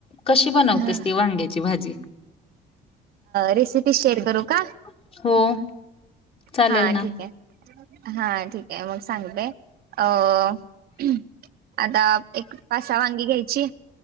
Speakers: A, on the left; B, on the right.
A: कशी बनवतेस
B: हा
A: ती वांग्याची भाजी?
B: रेसिपी
A: <inaudible>
B: शेअर करू का
A: हो. चालेल
B: हा
A: ना
B: ठीक आहे- हा ठीक आहे मग सांगते अ <inaudible> आता एक पासा वांगी घ्यायची.